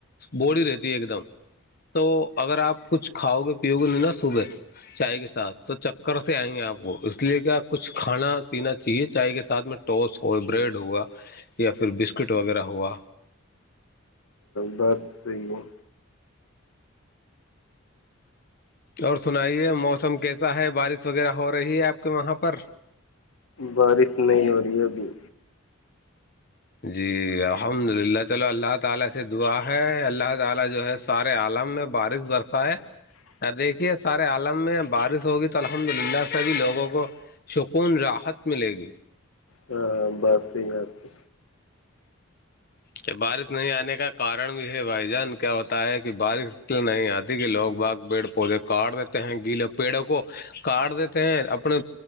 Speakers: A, on the left; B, on the left.
A: باڈی رہتی ہے ایک دم تو اگر آپ کچھ کھاؤ گے پیو گے نہیں نا صبح چائے کے ساتھ تو کرس سے آئیں گے آپ اس لیے کیا کچھ کھانا پینا چاہیے چائے کے ساتھ میں ٹوس ہو بریڈ ہوا یا پھر بسکٹ وغیرہ ہوا
B: بہات صحی ہے
A: اور سنائیے موسم کیسا ہے بارش وغیرہ ہو رہی ہے آپ کے وہاں پر
B: بارش نہیں ہو رہی ہے ابھی
A: جی الحمد للہ چلو اللہ تعالا سے دعا ہے اللہ تعالا جو ہے سارے عالم میں بارش برسہ ہے ادیک یہ سارے عالم میں بارش ہوگی تو الحمد للہ سبھی لوگوں کو سکون راحت ملے گی
B: ہاں بس یہی بات
A: کہ بارش نہیں آنے کا کارن بھی ہے بھائی جان کیا ہوتا ہے کہ بارش اس لیے نہیں آتی کہ لوگ باغ پیڑ پودے کاٹ دیتے ہیں گیلے پیڑوں کو کاٹ دیتے ہیں اپنے